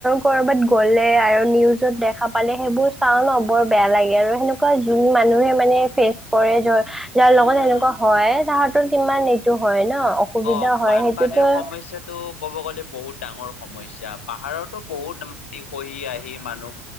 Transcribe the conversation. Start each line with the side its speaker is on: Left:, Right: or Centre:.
Centre: কৰবাত গ'লে আৰু নিউজত দেখা পালে সেইবোৰ চাও ন। বৰ বেয়া লাগে আৰু সেন। কোৱ যোন মানুহে মানে ফেচ কৰেৰ যাৰ
Left: উম।
Centre: লগত সেনেকুৱা হয় তাহ। টো কিমান এইটো হয়। ন অসুবিধা
Left: অ
Centre: হয়
Left: বানপানীৰ
Centre: সেইটোতো
Left: সমস্যাটো কব গ'লে বহুত ডাঙৰ। সমস্যা পাহাৰতো বহুত খহি আহি মানুহ।